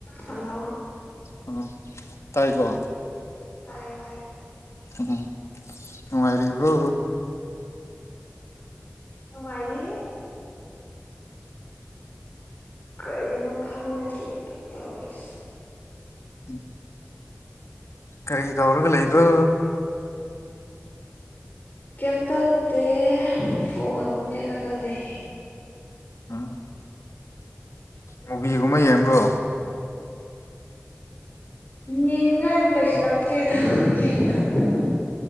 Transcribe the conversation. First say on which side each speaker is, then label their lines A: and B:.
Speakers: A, on the left; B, on the left.
A: Hello
B: ꯎꯝ ꯇꯥꯏ ꯀꯣ
A: ꯇꯥꯏꯌꯦ ꯇꯥꯏꯌꯦ
B: ꯎꯝ ꯅꯨꯡꯉꯥꯏꯔꯤꯕ꯭ꯔꯣ
A: ꯅꯨꯡꯉꯥꯏꯔꯤ ꯀꯔꯤꯅꯣ ꯈꯪꯗ꯭ꯔꯦꯗ ꯇꯧꯔꯤ
B: ꯎꯝ ꯀꯔꯤ ꯇꯧꯔꯒ ꯂꯩꯕ꯭ꯔꯣ
A: ꯀꯦꯝ ꯇꯧꯗꯦ ꯐꯣꯟ ꯃꯦꯠꯂꯒ ꯂꯩ
B: ꯑꯥ ꯃꯨꯕꯤꯒꯨꯝꯕ ꯌꯦꯡꯕ꯭ꯔꯣ
A: ꯌꯦꯡꯅꯤꯡꯉꯥꯏꯕꯨ ꯂꯩꯁꯜꯂꯛꯇ꯭ꯔꯦꯗ ꯌꯦꯡ ꯃꯟꯗꯅ